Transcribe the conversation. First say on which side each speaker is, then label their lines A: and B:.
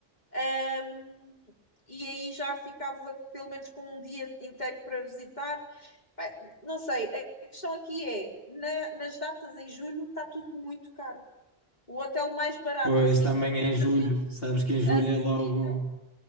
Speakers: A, on the left; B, on the left.
A: Ahm, e aí já ficava pelo menos com um dia inteiro para visitar, Pá, Não sei, a questão aqui é, na- nas datas em julho está tudo muito caro. O hotel mais barato,
B: Pois
A: assim,
B: também
A: relativamente
B: é em julho, sabes que em julho
A: acessível.
B: é logo.